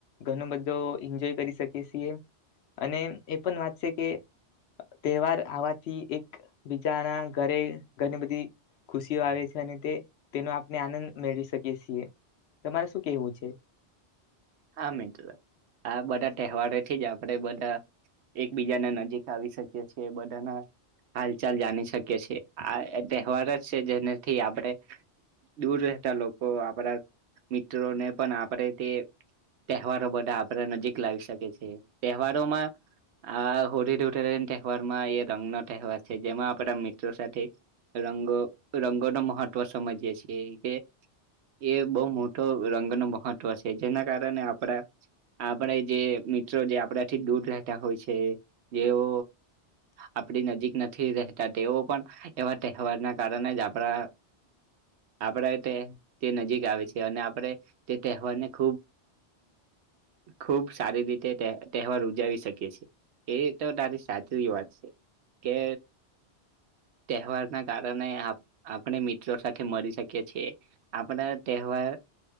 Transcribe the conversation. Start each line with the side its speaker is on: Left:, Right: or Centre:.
Left: ઘણો બધો એન્જોય કરી શકીએ છીએ અને એ પણ વાત છે કે તહેવાર આવાથી એક બી બધાનાં ઘરે ઘરની બધી ખુશીઓ આવે તેને તે તેનો આપણે આનંદ મેળવી શકીએ છીએ તમારે શું કેહવું છે?
Right: હા મિત્ર, આ બધાં તહેવારોથી જ આપડે બ એકબીજાને નજીક આવી શકીએ છીએ બધાનાં હાલચાલ જાણી શકીએ છીએ આ તહેવાર જ છે જેનાથી આપણે દૂર રહેતા લોકો આપણા મિત્રોને પણ આપણે તે તહેવારો બધાં આપડા નજીક લાવી શકે છે તહેવારોમાં આ હોળી, ધુળેટી તહેવારમાં એ રંગનો તહેવાર છે જેમાં આપડા મિત્રો સાથે રંગો રંગોનો મહત્વ સમજીયે છીએ કે એ બહુ મોટો રંગનો મહત્વ છે. જેના કારણે આપડા આપણે જે મિત્રો જે આપણાંથી દૂર રહેતા હોય છે જેઓ આપડી નજીક નથી રહેતા તેઓ પણ એવા તહેવારનાં કારણે જ આપરા આપરે તે તે નજીક આવે છે અને આપરે તે તહેવારને <inaudible> ખૂબ સારી રીતે તહેવાર ઉજાવી શકીયે છે. એ તો તારી સાચી વાત છે કે તહેવારના કારણે આપણે મિત્રો સાથે મળી શકીએ છીએ આપણાં તહેવાર